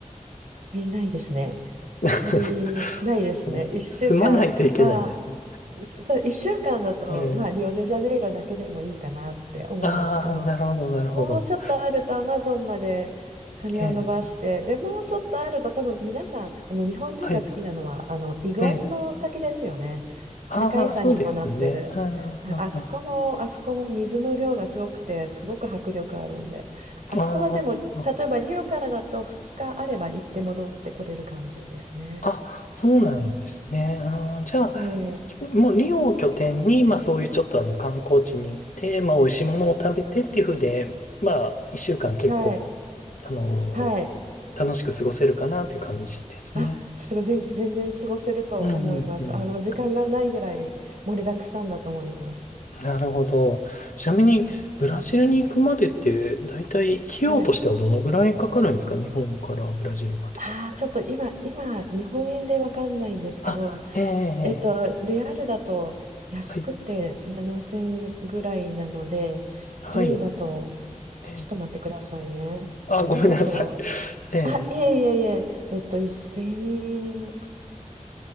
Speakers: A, on the right; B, on the left.
A: りないですね。
B: <laughs>
A: 足りないですね。
B: もう、
A: 1週間、
B: 住まないといけないですね。
A: まあ、そ1週間だと、
B: ええ、
A: まあ、リオデジャネイロだけでもいいかなって思うんですけど、
B: ああ、なるほど、なるほど。
A: もうちょっとあるとアマゾンまで羽を伸ばして、
B: ええ、
A: で、もうちょっとあると多分皆さん、あの日本人が好きなのはあのイグアスの滝ですよね。
B: はい、ええ、ああ、
A: 世界遺産にもなってる。
B: そうですよね。ああ、
A: はいあそこも、
B: あ
A: あそこも水の量がすごくて、すごく迫力あるんで、あそこはでも、
B: あ、
A: 例えばリオからだと2日あれば行って戻ってこれる感じですね。
B: あああ、そうなんですね。あー、じゃあ、
A: ええ
B: もうリオを拠点に、まあそういうちょっとあの観光地に行って、まあ美味しいものを食べてっていう風で、まあ一週間結構、
A: はい、
B: あのー
A: はい。
B: 楽しく過ごせるかなという感じですね。
A: あ、すごい、全全然過ごせると思います。
B: うんうんうん。
A: あの、時間がないぐらい盛りだくさんだと思います。
B: なるほど。ちなみに、ブラジルに行くまでって、だいたい費用としてはどのぐらいかかるんですか日本からブラジルまでで。
A: はい。ああ、ちょっと今、今、日本円でわかんないんですけど、
B: あ、ええええ
A: えっと、レアルだと安くて7000ぐらいなので、
B: はい、
A: ドルだと、
B: は
A: あ、
B: い、ええ
A: ちょっと待ってくださいね。
B: あ、
A: ドルだと、
B: ごめんなさい。<laughs> ええ
A: あ、いえいえいえ、えっと、1000、ど